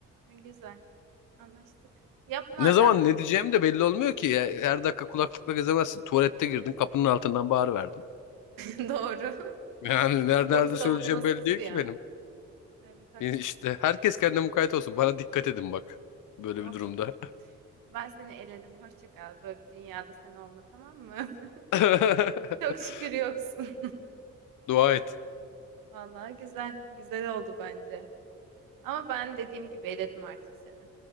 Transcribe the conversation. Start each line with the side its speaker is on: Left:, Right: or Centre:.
Right: Ha, Güzel. Anlaştık. Yapma
Left: Ne
Right: adam.
Left: zaman ne diyeceğim de belli olmuyor ki. Ya. Her dakika kulaklıkla gezemezsin. Tuvalette girdin kapının altından bağırıverdim.
Right: <laughs> Doğru.
Left: Yani nerede,
Right: Çok
Left: nerede
Right: savunmasız
Left: söyleyeceğim belli değil
Right: bir
Left: ki
Right: an.
Left: benim.
Right: Evet haklısın.
Left: Yani İşte herkes kendine mukayyet olsun. Bana dikkat edin bak.
Right: Tamam.
Left: Böyle bir durumda.
Right: <laughs> Ben seni eledim. Hoşça kal. Böyle bir dünyada sen olma tamam mı?
Left: <laughs>
Right: <laughs> Çok şükür yoksun.
Left: Dua et.
Right: <laughs> Vallahi güzel. Güzel oldu bence. Ama ben dediğim gibi eledim artık seni.